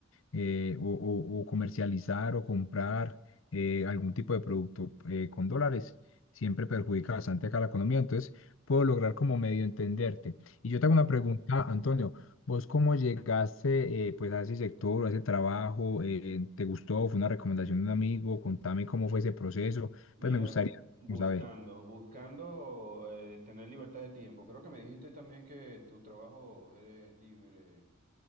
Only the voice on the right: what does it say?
Claro.
Mira,
buscando,
buscando eh, tener libertad de tiempo. Creo que me dijiste también que tu trabajo eres libre